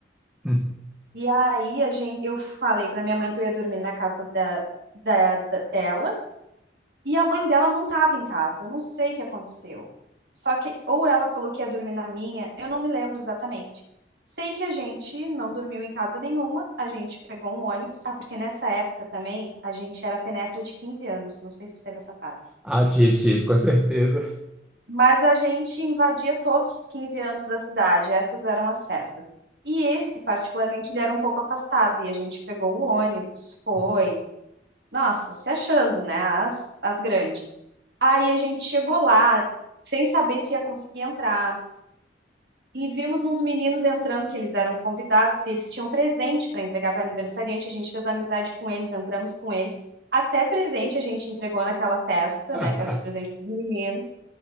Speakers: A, in the centre; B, on the right (about 65°).
A: Hum.
B: E aí a gente, eu falei pra minha mãe que eu ia dormir na casa da, da, da- dela E a mãe dela não estava em casa, eu não sei o que aconteceu. Só que, ou ela falou que ia dormir na minha, eu não me lembro exatamente. Sei que a gente não dormiu em casa nenhuma, a gente pegou um ônibus. Ah, porque nessa época também a gente era penetra de 15 anos, não sei se tu teve essa fase.
A: Ah, tive, tive, com certeza.
B: Mas a gente invadia todos os 15 anos da cidade, essas eram as festas. E esse, particularmente, ele era um pouco afastado, e a gente pegou o ônibus, foi.
A: Hum.
B: Nossa, se achando, né? As, as grandes. Aí a gente chegou lá, sem saber se ia conseguir entrar. E vimos uns meninos entrando, que eles eram convidados, e eles tinham presente para entregar para aniversariante. A gente fez amizade com eles, entramos com eles. Até presente a gente entregou naquela festa,
A: <laughs>
B: né? Que era os presentes dos meninos.